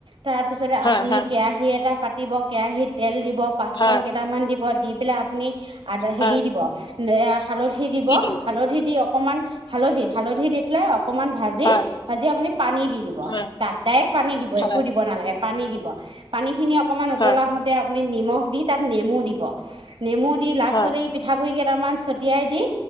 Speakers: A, on the right; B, on the left.
A: তাৰপিছতে
B: হয়
A: আপুনি
B: হয়
A: কেৰাহী এটা পাতিব কেৰাহিত তেল দিব পাঁচপূৰন
B: হয়
A: কেইটামান দিব দি পেলাই আপুনি আদ হেৰি
B: হয়
A: দিব এইয়া হালধি দিব
B: দি দিম
A: হালধি অকণমান হালধি- হালধি দি পেলাই অকণমান ভাজি
B: হয়,
A: ভাজি আপুনি পানী দি দিব
B: হয়,
A: তাত ডাইৰেক্ট পানী দিব
B: হয়,
A: একো দিব নালাগে পানী দিব পানী খিনি অকমান উতলা
B: হয়,
A: হওতে আপ আপুনি নিমখ দি তাত নেমু দিব নেমু দি লাষ্টত
B: হয়,
A: এই পিঠাগুৰি কেইটামান ছটিয়াই দি